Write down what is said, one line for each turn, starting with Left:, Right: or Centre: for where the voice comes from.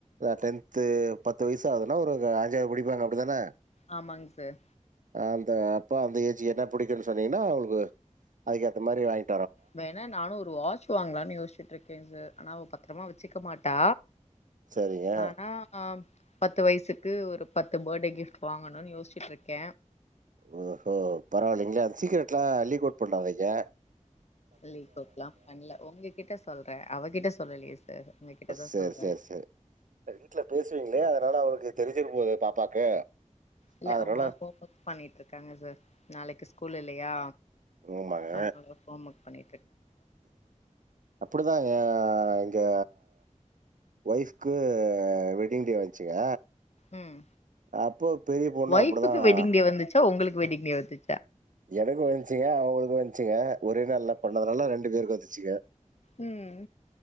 Right: டென்து பத்து வயசு ஆகுதுன்னா ஒரு அஞ்சாவது படிப்பாங்க அப்படிதானே
Left: ஆமாங் சார்
Right: அந்த அப்ப அந்த ஏஜி என்ன பிடிக்குன்னு சொன்னீங்கன்னா அவ ஓ அதுக் ஏத்த மாரி வாங்கி
Left: வேணா நானும் ஒரு வாட்ச் வாங்கலான்னு யோசிச்சுட்டு இருக்கேன் சார் ஆனா அவ பத்திரமா வச்சுக்க மாட்டா
Right: சரிங்க.
Left: ஆனா பத்து வயசுக்கு ஒரு பத்து பேர்டே கிஃப்ட் வாங்கணும்னு யோசிச்சுட்டு இருக்க
Right: ஓ ஹோ பரவாயில்லைங்களா அந்த சீக்கரெட்லாம் லீக்அவுட் பண்ணறாாதைங்க
Left: லீக்அவுட்லாம் பண்ணல உங்ககிட்ட சொல்றே அவகிட்ட சொல்லலையே சார் உங்ககிட்டதா
Right: செர்
Left: சொல்றே
Right: செர் செர் வீட்டுல பேசுவீங்களே அதனால அவளுக்கு தெரிஞ்சிர போது பாப்பாக்கு
Left: இல்ல
Right: அதனால
Left: அவங்களாம் ஹோம் ஒர்க் பண்ணிட்டு இருக்காங்க சார் நாளைக்கு ஸ்கூல் இல்லையா
Right: ஆமாங்க.
Left: ஆ ஹோம் ஒர்க் பண்ணி
Right: அப்படிதாங்க இங்கே ஒய்ஃப்கு வெட்டிங் டே வந்துச்சுங்க
Left: உம்
Right: அப்போ பெரிய பொண்ணு
Left: ஒயஃபுக்கு
Right: அப்படிதான்.
Left: வெட்டிங் டே வந்துச்சா உங்களுக்கு வெட்டிங் டே வந்து
Right: எனக்கும் வந்ச்சிங்க அவங்களுக்கு வந்ச்சுங்க ஒரே நாள்ல பண்ணதுனால ரெண்டு பேருக்கு வந்துச்சுங்க
Left: உம்